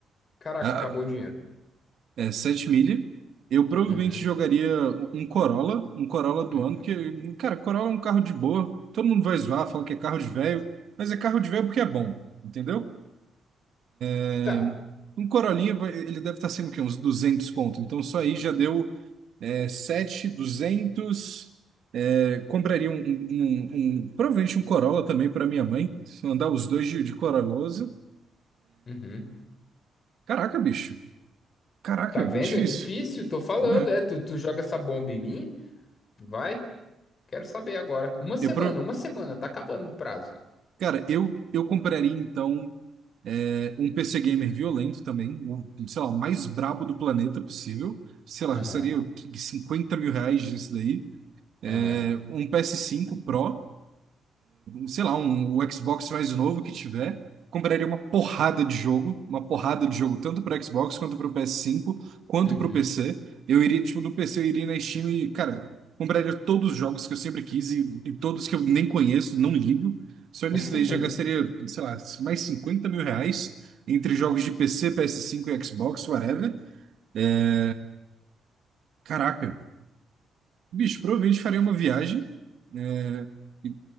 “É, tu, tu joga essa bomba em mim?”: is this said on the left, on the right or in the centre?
Left